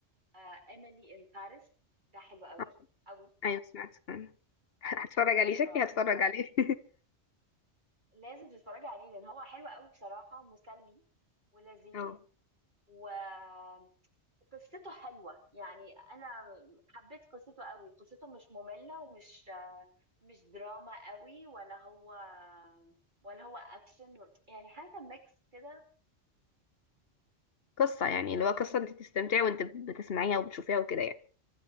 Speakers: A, on the right; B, on the left.
A: آه Emily in Paris ده حلو قوي
B: اه
A: قوي
B: ايوه سمعت كمان. <laughs> هتفرج عليه شكلي
A: اه
B: هتفرج عليه
A: لازم تتفرجي عليه لان هو حلو قوي بصراحه مسلي ولذيذ
B: <laughs> اه
A: وقصته حلوه يعني انا حبيت قصته قوي قصته مش ممله ومش آه، مش دراما قوي ولا هو ولا هو اكشن يعني حاجه ميكس كده
B: قصة يعني اللي هو قصة انت تستمتعي وانت بتسمعيها وبتشوفيها وكده يعني